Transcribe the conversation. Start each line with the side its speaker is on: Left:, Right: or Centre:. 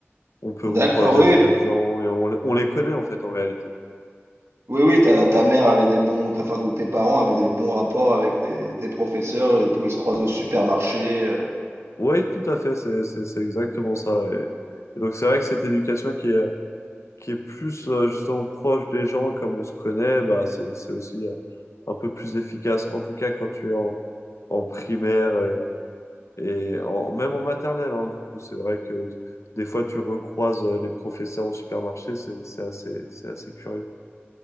Left: On peut
Right: D'accord,
Left: recroiser
Right: oui,
Left: les mêmes gens et on, les- on les connaît en fait en réalité.
Right: oui, oui, ta, ta mère avait des bons, ta- enfin, ou tes parents avaient des bons rapports avec tes, tes professeurs, ils pouvaient se croiser au supermarché. euh.
Left: Oui, tout à fait, c'est, c'est, c'est exactement ça. Et, et donc c'est vrai que cette éducation qui est, qui est plus euh, justement proche des gens comme on se connaît, bah, c'est, c'est aussi euh, un peu plus efficace, en tout cas quand tu es en, en primaire et, et en, même en maternelle. hein, du coup, c'est vrai que des fois tu recroises euh, les professeurs au supermarché, c'est, c'est assez, c'est assez curieux.